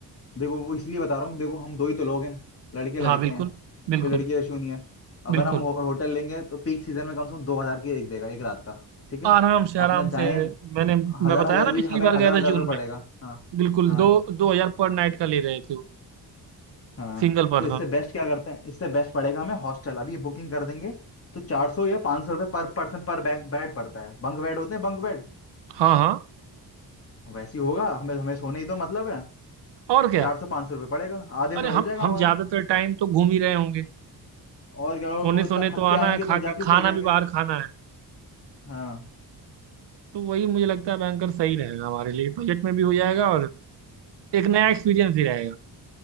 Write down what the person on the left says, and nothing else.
देखो वो इसलिए बता रहा हूँ देखो हम दो ही तो लोग हैं लड़के लड़के
हैं
कोई लड़की का इशू नहीं है अगर
हम हो, होटल लेंगे तो पीक सीजन में कम से कम दो हजार की एक देगा एक रात का ठीक है
अपना जाए
हजार
हजार
भी
हमें
हजार
हजार
रुपये पड़ेगा
हाँ
हाँ
हाँ
तो इससे बेस्ट क्या करते हैं इससे बेस्ट पड़ेगा हमें हॉस्टल अभी ये बुकिंग कर देंगे तो चार सौ या पाँच सौ रुपये पर पर्सन पर बैग बेड पड़ता है बंक बेड होते हैं बंक बेड
वैसे ही होगा हमें हमें सोने ही तो मतलब है
चार सौ पाँच सौ रुपये पड़ेगा आधे
में हो
जाएगा
हमारा
और क्या वो
वो इतना
थक
के आएंगे
तो जाते
ही सो जाएंगे
हाँ